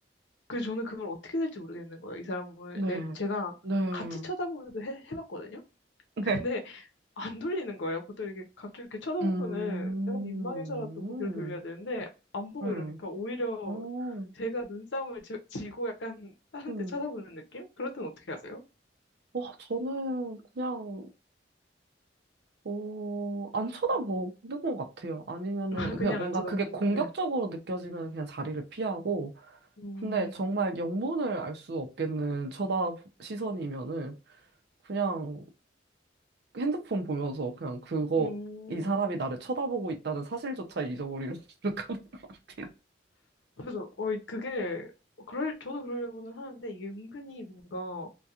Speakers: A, on the left; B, on the right.
A: 그래서 저는 그걸 어떻게 될지 모르겠는 거예요. 이 사람을,
B: 네,
A: 내, 제가
B: 네,
A: 같이 쳐다보기도 해, 해봤거든요?
B: <laughs>
A: 근데,
B: 네.
A: 안 돌리는 거예요. 보통 이렇게 갑자기 이렇게 쳐다보면은
B: 음,
A: 내가 민망해서라도 고개를 돌려야 되는데 안 보고
B: 음,
A: 이러니까 오히려
B: 어,
A: 제가 눈싸움을 지, 지고 약간 다른
B: 음.
A: 데 쳐다보는 느낌? 그럴 땐 어떻게 하세요?
B: 와, 저는 그냥, 어, 안 쳐다보는 것 같아요. 아니면은,
A: <laughs> 아, 그냥
B: 그냥 뭔가
A: 안 쳐다보는
B: 그게 공격적으로
A: 거. 네.
B: 느껴지면 그냥 자리를 피하고,
A: 음.
B: 근데 정말 영문을 알 수 없겠는 쳐다 시선이면은, 그냥 핸드폰 보면서 그냥 그거,
A: 음.
B: 이 사람이 나를 쳐다보고 있다는 사실조차 잊어버리는 <laughs> 그 하는 것 같아요.
A: 그래서 어 이- 그게 그럴 저도 그러려고는 하는데 이게 은근히 뭔가